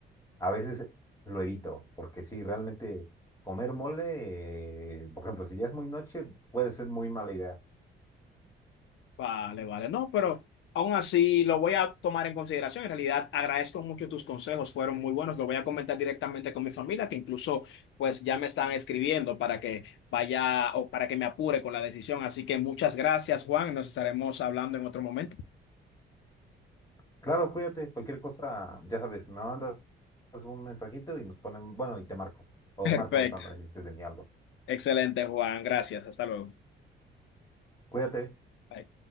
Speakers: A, on the left; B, on the left.
A: a veces lo evito, porque sí, realmente comer mole, eh, por ejemplo, si ya es muy noche, puede ser muy mala idea.
B: Vale, vale. No, pero aún así lo voy a tomar en consideración. En realidad, agradezco mucho tus consejos, fueron muy buenos. Lo voy a comentar directamente con mi familia, que incluso pues ya me están escribiendo para que vaya o para que me apure con la decisión. Así que muchas gracias, Juan. Nos estaremos hablando en otro momento.
A: Claro, cuídate. Cualquier cosa, ya sabes, me mandas un mensajito y nos ponen, bueno, y te marco. O
B: <laughs> Perfecto.
A: márcame cuando necesites de mí algo.
B: Excelente, Juan. Gracias. Hasta luego.
A: Cuídate.
B: Bye.